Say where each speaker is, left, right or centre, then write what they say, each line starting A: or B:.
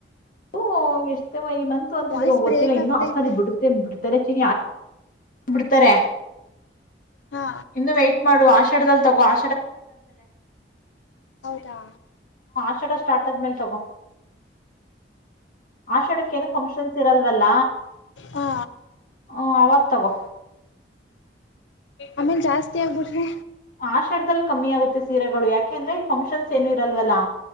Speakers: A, on the left; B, on the left.
A: ಹೂ ಎಷ್ಟೇವ ಈ ಮಂತು ಅಂತಿದ್ರು
B: ವಾಯ್ಸ್
A: ಗೊತ್ತಿಲ್ಲ
B: ಬ್ರೇಕ್
A: ಇನ್ನುೂ
B: ಆಗ್ತೈತೆ
A: ಆಫರ್ ಬಿಡುತ್ತೆ ಬಿಡ್ತಾರೆ ಚೀ ಬಿಡ್ತಾರೆ
B: ಹಾ
A: ಇನ್ನು ವೈಟ್ ಮಾಡು ಆಷಾಡದಲ್ಲಿ ತಗೋ ಆ
B: ಹೌದಾ
A: ೊ ಸ್ಟಾರ್ಟ ಆದಮೇಲೆ ತಗೋ ಆಷಡಕ್ಕ ಏನು ಫಂಕ್ಷನ್ಸ್ ಇರಲ್ವಲ್ಲ
B: ಹಾ
A: ಹ ಅವಾಗ ತಗೋ
B: ಆಮೇಲ್ ಜಾಸ್ತಿ ಆಗ್ಬಿಟ್ರೆ
A: ಆಷರದಲ್ಲಿ ಕಮ್ಮಿ ಆಗುತ್ತೆ ಸೀರೆಗಳು ಯಾಕೆ ಅಂದ್ರೆ ಈ ಫಂಕ್ಷನ್ಸ್ ಏನು ಇರಲ್ವಲ್ಲಾ